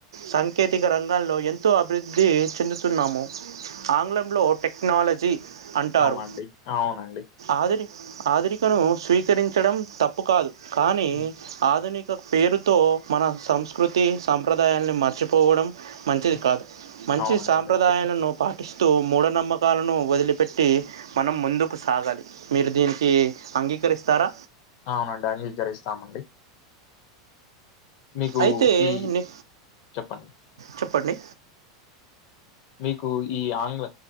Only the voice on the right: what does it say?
సాంకేతిక రంగాల్లో ఎంతో అభివృద్ధి చెందుతున్నాము ఆంగ్లంలో టెక్నాలజీ అంటారు
ఆధుని ఆధునికను స్వీకరించడం తప్పు కాదు కానీ
ఆధునిక ఒక పేరుతో మన సంస్కృతి సాంప్రదాయాలని మర్చిపోవడం మంచిది
కాదు మంచి
సాంప్రదాయాను
నువ్వు పాటిస్త మూఢ నమ్మకాలను వదిలిపెట్టి మనం ముందుకు సాగాలి మీరు దీనికి అంగ స్వీకరిస్తారా
అయితే
ని
చెప్పండి